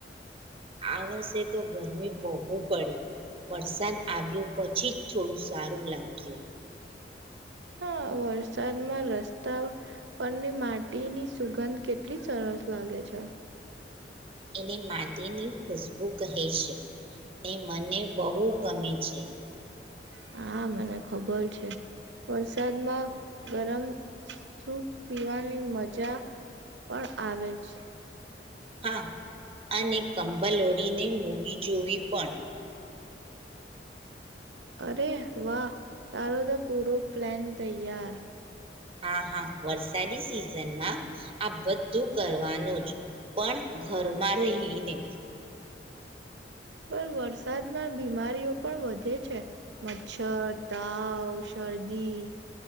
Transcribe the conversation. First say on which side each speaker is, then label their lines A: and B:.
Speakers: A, on the right (about 30°); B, on the right (about 85°).
A: આ વર્ષે તો ગરમી બહુ પડી વરસાદ આવ્યો પછી જ થોડું સારું લાગ્યું.
B: હા વરસાદમાં રસ્તા પરની માટીની સુગંધ કેટલી સરસ લાગે છે.
A: એને માટીની ખુશબુ. કહે છે ને મને બહુ ગમે છે.
B: હા મને ખબર છે વરસાદમાં ગરમ સૂપ પીવાની મજા પણ આવે છે.
A: હા અને કંબલ ઓડીને મૂવી જોવી પણ.
B: અરે વાહ તારો તો પૂરો પ્લાન તૈયાર.
A: હા હા વરસાદી સિઝનમાં આ બધું કરવાનું જ પણ ઘરમાં રહીને.
B: પણ વરસાદમાં બીમારીઓ પણ વધે છે મચ્છર તાવ શરદી.